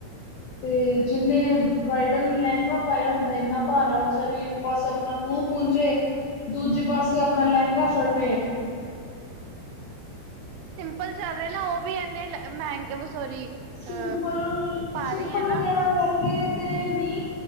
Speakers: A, on the left; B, on the right.
A: ਤੇ ਜਿੰਨੇ। ਬ੍ਰਾਈਡਲ ਨੇ ਲਹਿੰਗਾ ਪਾਇਆ ਹੁੰਦਾ ਇੰਨਾ। ਭਾਰਾ ਵਿਚਾਰੀ ਇੱਕ ਪਾਸੇ ਆਪਣਾ ਮੂੰਹ ਪੂੰਜੇ, ਦੂਜੇ ਪਾਸੇ ਆਪਣਾ ਲਹਿੰਗਾ ਫੜੇ।
B: ਅੱਜ-ਕਲ ਚੱਲ ਰਹੇ ਨਾ ਉਹ ਵੀ ਇੰਨੇ ਮਹਿੰਗੇ। ਸੋਰੀ
A: ਸਿੰਪਲ-ਸਿੰਪਲ
B: ਅ ਭਾਰੀ ਹੈ ਨਾ
A: ਵਗੈਰਾ ਲੈਹੰਗੇ ਤੇ ਨਹੀਂ।